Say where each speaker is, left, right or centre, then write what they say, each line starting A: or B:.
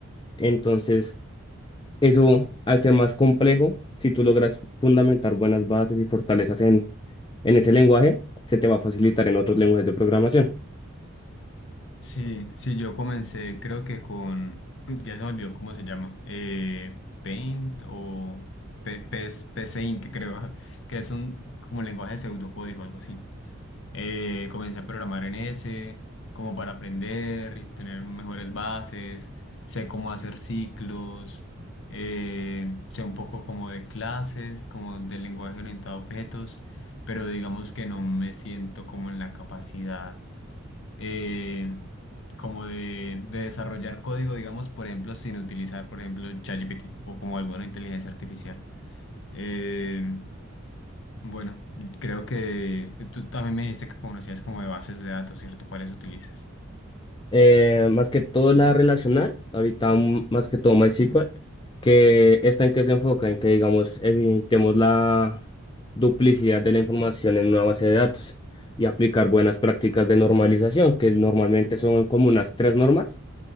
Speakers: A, on the left (about 20°); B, on the left (about 55°).
A: Entonces, eso al ser más complejo, si tú logras fundamentar buenas bases y fortalezas en, en ese lenguaje, se te va a facilitar en otros lenguajes de programación.
B: Sí, sí, yo comencé creo que con, ya se me olvidó cómo se llama, eh, Paint o P- P- PCInt creo, <laughs> que es un como lenguaje de pseudocódigo, algo así. Eh, comencé a programar en ese, como para aprender y tener mejores bases, sé cómo hacer ciclos, eh, sé un poco como de clases, como del lenguaje orientado a objetos, pero digamos que no me siento como en la capacidad eh, como de, de desarrollar código, digamos, por ejemplo, sin utilizar, por ejemplo, ChatGPT o como alguna inteligencia artificial. Eh, bueno, creo que tú también me dijiste que conocías como de bases de datos, ¿cierto? ¿Cuáles utilizas?
A: eh, más que todo la relacional, ahorita mm, más que todo MySQL, que esta en que se enfoca, en que digamos evitemos la duplicidad de la información en una base de datos y aplicar buenas prácticas de normalización, que normalmente son como unas tres normas.